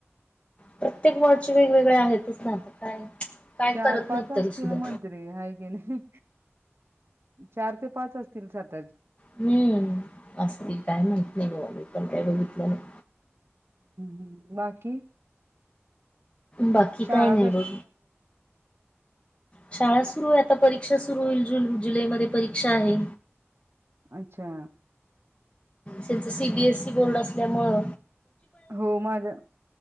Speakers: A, on the left; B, on the right.
A: प्रत्येक वॉर्डचे वेगवेगळे आहेतच ना आता काय काय
B: चार
A: करत
B: पाच
A: नाहीत तरी
B: असतील
A: सुद्धा
B: मंत्री हाय कनी चार ते पाच असतील सध्या
A: हम्म असतील काय माहित नाही बाबा मी पण काय बघितलं नाही
B: हम् बाकी
A: बाकी
B: शाळा
A: काय नाही बघ शाळा सुरू आहे आता परीक्षा सुरू होईल जून जुलैमध्ये परीक्षा आहे
B: अच्छा
A: त्यांच सीबीएसई बोर्ड असल्यामुंळ
B: हो माझ्या